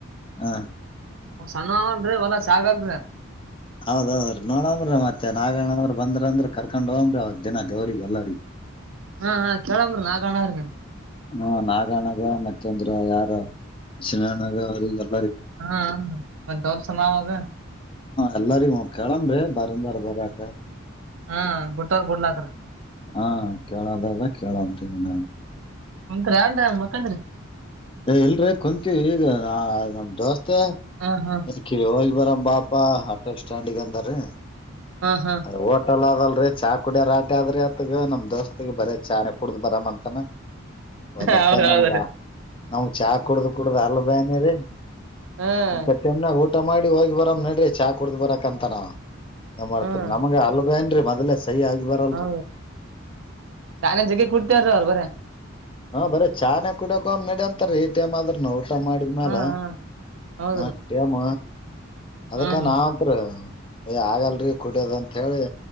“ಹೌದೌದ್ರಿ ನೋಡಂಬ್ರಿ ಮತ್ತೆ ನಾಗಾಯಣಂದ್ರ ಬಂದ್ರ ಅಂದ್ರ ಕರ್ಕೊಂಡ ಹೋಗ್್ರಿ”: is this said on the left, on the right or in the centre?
Left